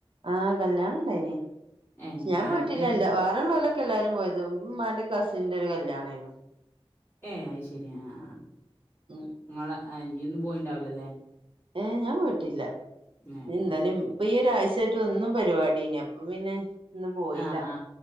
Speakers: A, on the right (about 60°); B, on the left (about 25°).
A: ആഹ് കല്യാണം ഉണ്ടായിനി പക്ഷെ
B: ഏ
A: ഞാൻ
B: ആരതേനു
A: പോയിട്ടില്ല വാ ഇവടെ ഇള്ളോൽ എല്ലാരും പോയത് ഉമ്മാന്റെ കസിന്റെ ഒരു കല്യാണെനു.
B: ഏഹ് അത് ശരി ആഹ് ആഹ്.
A: <unintelligible>
B: നിങ്ങളെ അനി പോയിണ്ടാവില്ല അല്ലേ?
A: ഏഹ് ഞാൻ പോയിട്ടില്ല
B: ഏ
A: ഇന്നലിം
B: അയ്ശരി
A: ഇപ്പൊ ഈ ഒരാഴ്ചായിട്ട് എന്നും പരിപാടിന്നെയ ഇ പ്പ പിന്നെ ഇന്ന് പോയില്ല
B: ആ ആ